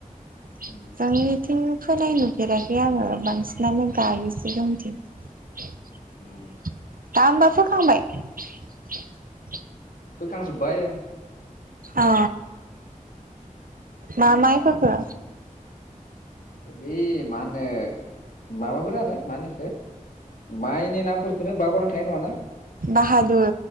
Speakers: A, on the right (about 85°); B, on the left (about 75°).
A: जोंनिथिं।
B: उम
A: फोनाय नुफेराखै आङो बांसिनानो गायोसो जोंथिं। बा
B: उम
A: होमबा फोखांबाय‌। <inaudible>
B: फोखांजोब्बाय ओं।
A: औ मा माइ फोखो।
B: बे मा होनो माबाफोरानो मा होनो इखो माइनि नामफोरखोनो बगरना थायो नङा ना।
A: बाहादुर